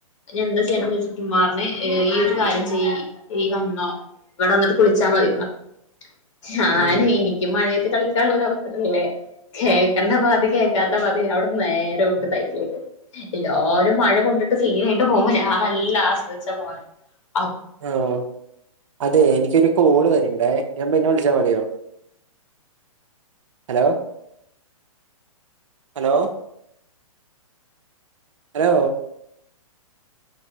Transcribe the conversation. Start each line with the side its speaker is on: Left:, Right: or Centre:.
Left: ഞാൻ എന്താ ചെയ്യണം ചോദിച്ച അപ്പോ ഉമ്മാറഞ്ഞ് ഈ ഒരു കാര്യം ചെയ് ഈ വന്നോ ഇവിടെ വന്നിട്ട് കുളിച്ചാ മതി എന്നു പറഞ്ഞു ഞാൻ
Right: ഉം
Left: എനിക്കും മഴയത്ത് ഇത് കളിക്കാനുള്ള ഒരു അവസരല്ലേ കേക്കണ്ട പാതി കേക്കാത് പാതി ഇഅവിടുന്ന് നേരെ വിട്ട് സൈറ്റിലോട്ട് എല്ലാരും മഴ കൊണ്ടിട്ട് സീനായിട്ട് പോകുമ്പോ ഞാൻ നല്ല ആസ്വദിച്ച പോണെ അണ് പോണേ
Right: ആഹ് അതെ എനിക്കൊരു കോള് വരണ്ടേ ഞാൻ പിന്നെ വിളിച്ചാ മതിയോ ഹലോ ഹലോ ഹലോ